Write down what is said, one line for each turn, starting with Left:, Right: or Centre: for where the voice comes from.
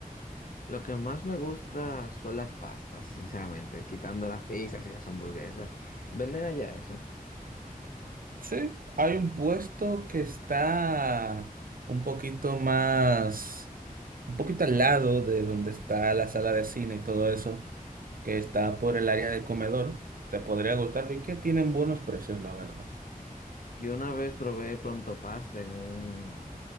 Left: Lo que más me gusta son las pastas, sinceramente, quitando las pizzas y las hamburguesas. Venden allá eso.
Right: Sí, hay un puesto que está un poquito más un poquito al lado de donde está la sala de cine y todo eso, que está por el área del comedor, te podría gustarlo y que tienen buenos precios, la verdad.
Left: Yo una vez probé pronto pasta en un,